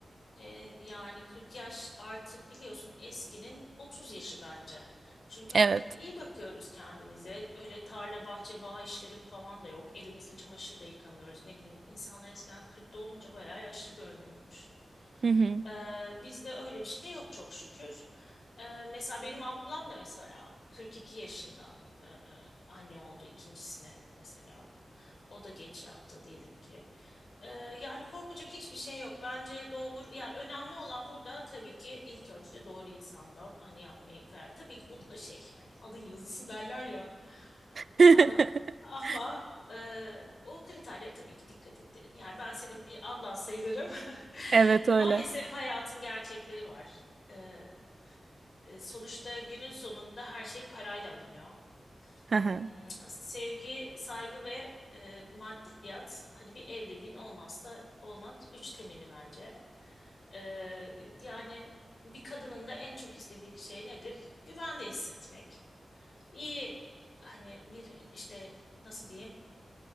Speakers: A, on the left; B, on the right.
A: E, yani 40 yaş artık biliyorsun eskinin 30 yaşı bence. Çünkü artık
B: Evet.
A: iyi bakıyoruz kendimize. Öyle tarla, bahçe, bağ işleri falan da yok. Elimizde çamaşır da yıkamıyoruz. Ne bileyim insanlar eskiden 40'ta olunca bayağı yaşlı görünürmüş.
B: Hı hı.
A: E, bizde öyle bir şey yok çok şükür. E, mesela benim ablam da mesela 42 yaşında e, anne oldu ikincisine mesela. O da geç yaptı diyelim ki. Ee, yani korkacak hiçbir şey yok. Bence doğru yani önemli olan burada tabii ki ilk önce doğru insandan hani yapmayı karar. Tabii ki bu da şey hani alın yazısı derler ya.
B: <laughs>
A: Ee, ama e, o kriterlere tabii ki dikkat edelim. Yani ben senin bir ablan sayılırım. <laughs>
B: Evet öyle.
A: Maalesef hayatın gerçekleri var. Ee, e, sonuçta günün sonunda her şey parayla alınıyor
B: Hı hı.
A: ım, sevgi, saygı ve e, maddiyat hani bir evliliğin olmazsa olmaz üç temeli bence. Ee, yani bir kadının da en çok istediği şey nedir? Güvende hissetmek. İyi hani bir işte nasıl diyeyim?